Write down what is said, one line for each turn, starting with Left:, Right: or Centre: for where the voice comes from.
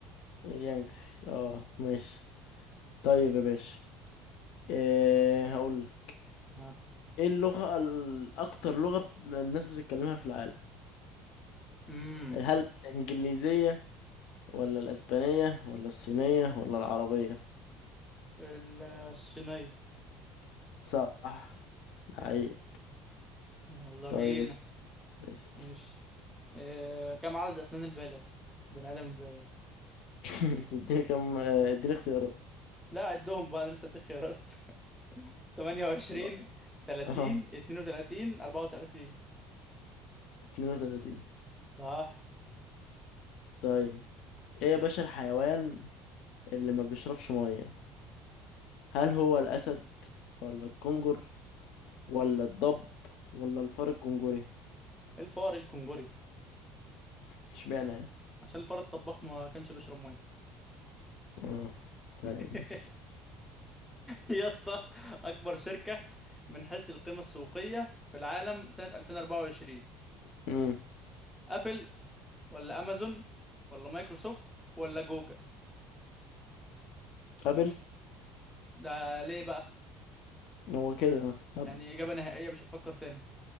Left: اليانكسي اه ماشي طيب يا باشا إيه هقول لك
Centre: ها
Left: ايه اللغة ال- اكتر لغة الناس بتتكلمها في العالم
Centre: امم
Left: هل الانجليزية ولا الاسبانية ولا الصينية ولا العربية
Centre: ال- الصينية
Left: صح لعيب
Centre: يلا
Left: طيب
Centre: بينا
Left: اسأل اسأل
Centre: ماشي آه... كم عدد اسنان البالغ بني ادم البالغ
Left: <laughs> تديني كم آه، اديني اختيارات
Centre: لا عدهم بقى انا لسه اديك خيارات <laughs> 28
Left: طب-
Centre: 30
Left: اه
Centre: 32 34
Left: 32
Centre: صح
Left: طيب ايه يا باشا الحيوان اللي ما بيشربش مية هل هو الاسد ولا الكنجر ولا الضب ولا الفار الكنجري
Centre: الفار الكنجري
Left: اشمعنى يعني
Centre: عشان الفار الطباخ ما كانش بيشرب ميه
Left: اه طيب
Centre: <laughs>
Left: ماشي
Centre: يا اسطى اكبر شركه من حيث القيمه السوقيه في العالم سنه 2024
Left: امم
Centre: ابل ولا امازون ولا مايكروسوفت ولا جوجل
Left: قابل
Centre: ده ليه بقى
Left: هو كده هب
Centre: يعني اجابه نهائيه مش هتفكر تاني